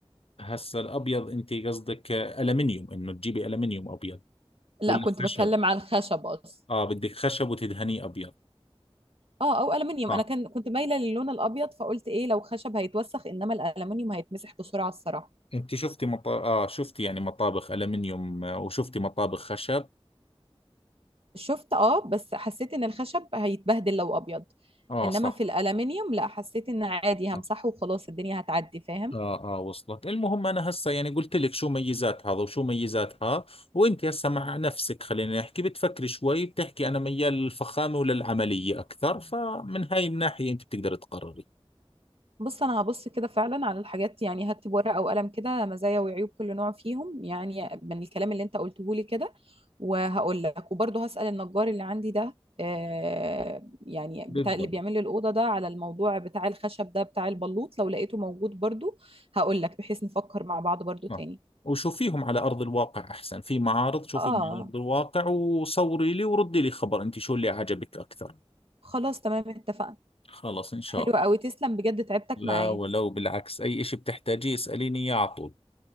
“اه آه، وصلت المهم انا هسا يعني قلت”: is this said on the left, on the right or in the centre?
Left